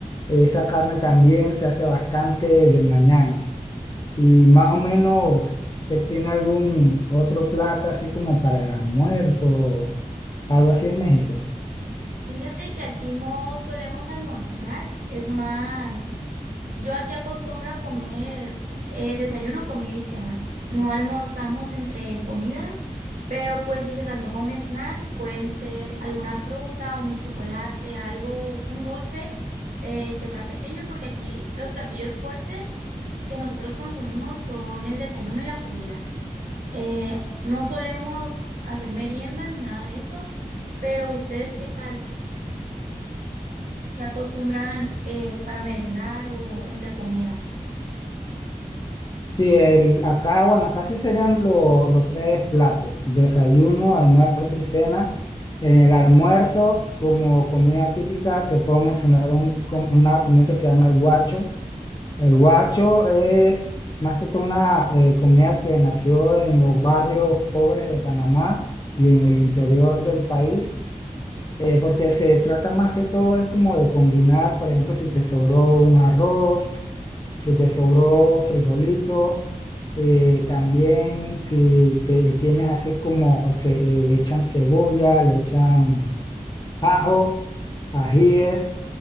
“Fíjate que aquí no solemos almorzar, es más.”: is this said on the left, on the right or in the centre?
Right